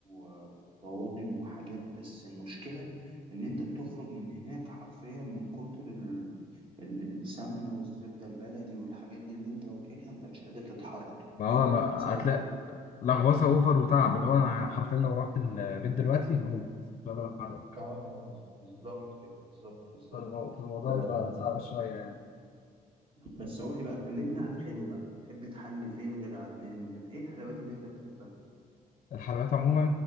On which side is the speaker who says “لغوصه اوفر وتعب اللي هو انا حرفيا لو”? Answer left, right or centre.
Left